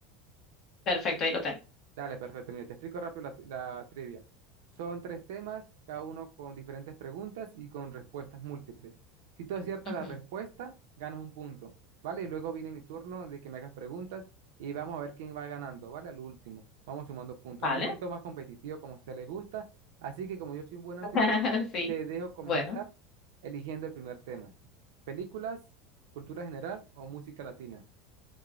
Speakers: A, on the left (about 30°); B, on the right (about 75°).
A: Perfecto, ahí lo tengo.
B: Dale, perfecto. Mire, te explico rápido la, tri- la trivia. Son tres temas, cada uno con diferentes preguntas y con respuestas múltiples. Si tú aciertas
A: Ujú.
B: la respuesta, ganas un punto, ¿vale? Y luego viene mi turno de que me hagas preguntas y vamos a ver quién va ganando, ¿vale? Al último, vamos sumando puntos.
A: Vale.
B: Algo un poquito más competitivo como a usted le gusta. Así que como yo soy un buen anfitrión,
A: <laughs> Sí.
B: te dejo comenzar
A: Bueno,
B: eligiendo el primer tema. ¿Películas, cultura general o música latina?